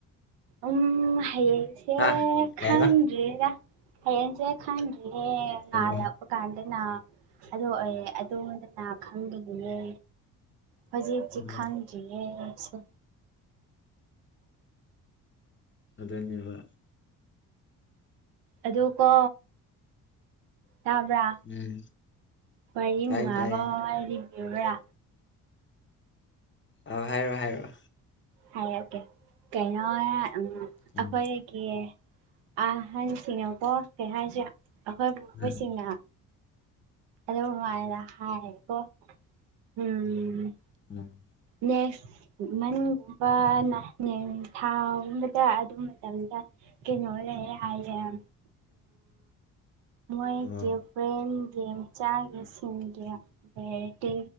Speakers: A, on the right; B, on the left.
A: ꯎꯝ ꯍꯥꯏꯌꯦꯁꯦ
B: ꯍꯥ ꯀꯩ
A: ꯈꯪ
B: ꯍꯥꯏꯕ
A: ꯔꯦꯗ ꯍꯌꯦꯡꯁꯦ ꯈꯟꯗ꯭ꯔꯤꯌ‌ꯦ ꯅꯥꯔꯛ
B: ꯑꯣ ꯑꯣ
A: ꯄ ꯀꯥꯟꯗꯅ ꯑꯗꯨ ꯑꯣꯏꯔꯦ ꯑꯗꯨꯣꯟꯗꯅ ꯈꯪꯗꯕꯅꯦ ꯍꯧꯖꯤꯛꯁꯤ
B: ꯎꯝ
A: ꯈꯪꯗ꯭ꯔꯤꯌꯦ ꯁꯦ
B: ꯑꯗꯨꯅꯦꯕ
A: ꯑꯗꯨ ꯀꯣ ꯇꯥꯕ꯭ꯔꯥ
B: ꯎꯝ
A: ꯃꯔꯤꯡ
B: ꯇꯥꯏ
A: ꯅꯨꯡꯉꯥꯏꯕꯣ
B: ꯇꯥꯏ
A: ꯍꯥꯏꯗꯤ ꯀ꯭ꯔꯤꯔ
B: ꯑꯥ ꯍꯥꯏꯔꯣꯏ ꯍꯥꯏꯔꯣꯏ
A: ꯍꯥꯏꯔꯛꯀꯦ ꯀꯩꯅꯣ ꯎꯝ
B: ꯎꯝ
A: ꯑꯩꯈꯣꯏ ꯀꯦ ꯑꯍꯟꯁꯤꯡꯅꯀꯣ ꯀꯩ ꯍꯥꯏꯁꯤꯔ ꯑꯈꯣꯏ ꯄꯨꯄꯨꯁꯤꯡꯅ
B: ꯎꯝ
A: ꯑꯗꯨ ꯃꯥꯏꯅ ꯍꯥꯏꯌꯦꯀꯣ ꯎꯝ
B: ꯎꯝ
A: ꯅꯦꯛꯁ ꯃꯅꯨꯡꯒꯨꯝꯕꯅ ꯅꯦ ꯊꯥꯎꯒꯨꯝꯕꯗ ꯑꯗꯨ ꯃꯇꯝꯗ ꯀꯩꯅꯣ ꯂꯩꯌꯦ ꯍꯥꯏꯌꯦ ꯑ ꯃꯣꯏ
B: ꯑꯣ
A: ꯆꯦ ꯔꯦꯟꯒꯦꯝ ꯆꯥꯒꯦ ꯁꯤꯡꯒꯤ ꯔꯦꯗꯤ